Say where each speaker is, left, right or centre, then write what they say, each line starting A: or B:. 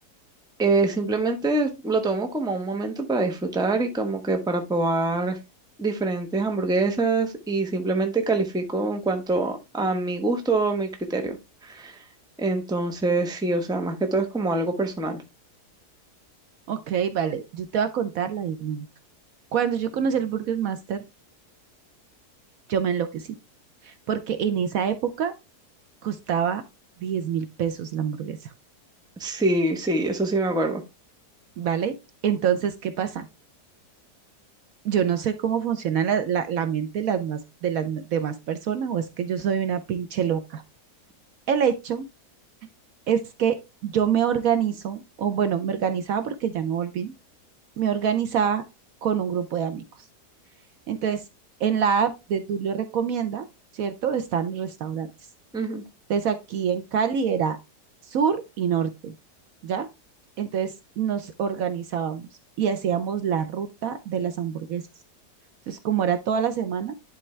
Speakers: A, in the centre; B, on the right.
A: Eh, simplemente lo tomo como un momento para disfrutar y como que para probar diferentes hamburguesas y simplemente califico en cuanto a mi gusto o mi criterio. Entonces, sí, o sea, más que todo es como algo personal.
B: Ok, vale. Yo te voy a contar la dinámica. Cuando yo conocí el Burger Master, yo me enloquecí, porque en esa época costaba diez mil pesos la hamburguesa,
A: Sí, sí, eso sí me acuerdo.
B: ¿vale? Entonces, ¿qué pasa? Yo no sé cómo funciona la, la- la mente de las, más, de las demás personas o es que yo soy una pinche loca. El hecho es que yo me organizo, o bueno, me organizaba porque ya no volví, me organizaba con un grupo de amigos. Entonces, en la app de Tulio Recomienda, ¿cierto? Están los restaurantes.
A: Ujú,
B: Entonces aquí en Cali era sur y norte, ¿ya? Entonces nos organizábamos y hacíamos la ruta de las hamburguesas. Entonces, como era toda la semana,